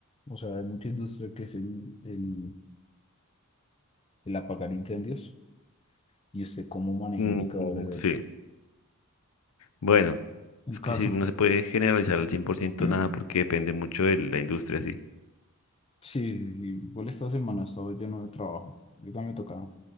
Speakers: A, on the left (about 25°); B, on the left (about 80°).
A: O sea, hay mucha industria que es el, el, el apagar incendios y usted cómo maneja
B: Mm,
A: indicadores
B: mm,
A: ahí.
B: sí, bueno,
A: El
B: es
A: caso.
B: que sí, no se puede generalizar al 100%
A: <clears throat>
B: nada porque depende mucho de la industria, sí.
A: Sí, sí, sí, igual esta semana estaba lleno de trabajo. Yo también me tocaba.